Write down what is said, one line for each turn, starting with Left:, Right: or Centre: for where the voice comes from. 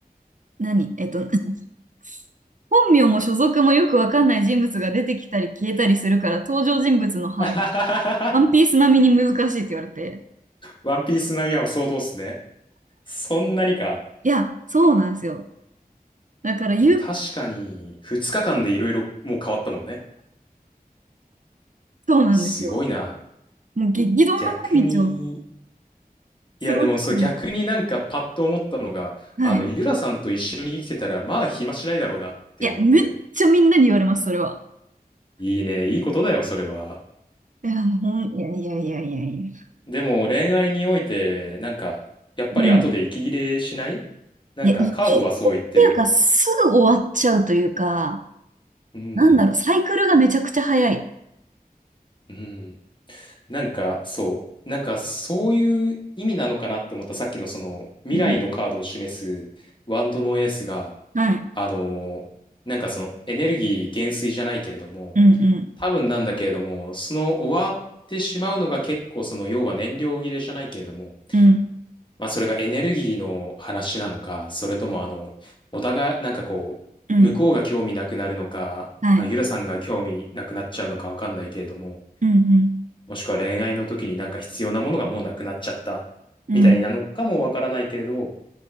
Right: 何えっと、<laughs> 本名も所属もよくわかんない人物が出てきたり消えたりするから、登場人物の把握、
Left: <laughs>
Right: ワンピース並みに難しいって言われて。
Left: ワンピース並みは相当っすね。そんなにか。
Right: いや、そうなんですよ。だから、ゆう、
Left: でも確かに、2日間でいろいろもう変わったもんね。
Right: そうなんですよ。
Left: すごいな。
Right: もう激動の毎日を
Left: 逆に、いやでもそう逆になんかパッと思ったのが、
Right: 過ごしてはい。
Left: あの、ゆらさんと一緒に生きてたら、まあ暇しないだろうなって思って。
Right: いや、めっちゃみんなに言われます、それは。
Left: いいね、いいことだよ、それは。
Right: いや、ほん、いやいやいやいやいや。
Left: でも恋愛において、なんか、やっぱり後で息切れしない
Right: うん。
Left: なんかカードはそう言ってる。
Right: いや、息切れっていうか、すぐ終わっちゃうというか、
Left: うん、
Right: なんだろう、サイクルがめちゃくちゃ早い。
Left: うん。なんか、そう。なんか、そういう意味なのかなって思った。さっきのその、未来のカードを示すワンドのエースが、
Right: うん。はい。
Left: あのーなんかその、エネルギー減衰じゃないけれども、
Right: うんうん。
Left: 多分なんだけれども、その終わってしまうのが結構その、要は燃料切れじゃないけれども、
Right: うん。
Left: まあそれがエネルギーの話なのか、それともあの、お互い、なんかこう、
Right: うん。
Left: 向こうが興味なくなるのか、
Right: はい。
Left: まあゆらさんが興味なくなっちゃうのかわかんないけれども、
Right: うん
Left: もしくは恋愛の時になんか必要なものがもうなくなっちゃったみたいなのかもわからないけれど、
Right: うん。うん。